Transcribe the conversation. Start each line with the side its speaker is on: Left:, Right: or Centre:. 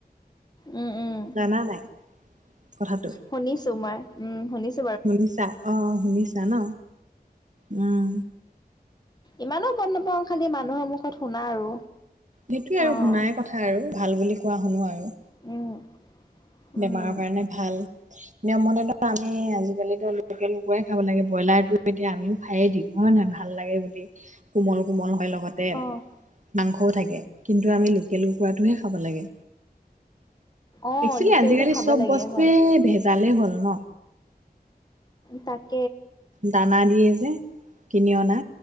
Left: উম, উম,
Right: জানা নাই কথাটো
Left: শুনিছো মই উম শুনিছো
Right: শুনিছা অ শুনিছা ন উম
Left: ইমানো গম নাপাওঁ খালি মানুহৰ মুখত শুনা আৰু
Right: সেইটোৱে আৰু
Left: অ',
Right: শুনাই কথা আৰু ভাল বুলি কোৱা শুনো আৰু
Left: উম উম,
Right: বেমাৰৰ কাৰণে ভাল নিয়মতেতো আমি আজিকালিতো লোকেল কুকুৰাাই খাব লাগে ব্ৰইলাৰটো এতিয়া আমিও খায়ে দিওঁ হয় নহয় ভাল লাগে বুলি কোমল কোমল হয় লগ লগতে
Left: অ',
Right: মাংসও থাকে কিন্তু আমি লোকেল কুকুৰাটোহে খাব লাগে
Left: অ',
Right: একচেলি
Left: লোকেলটো
Right: আজিকালি
Left: খাব
Right: চব
Left: লাগে
Right: বস্তুৱেই
Left: হয়,
Right: ভেজালেই হ'ল ন
Left: তাক
Right: দানা দিয়ে যে কিনি অনা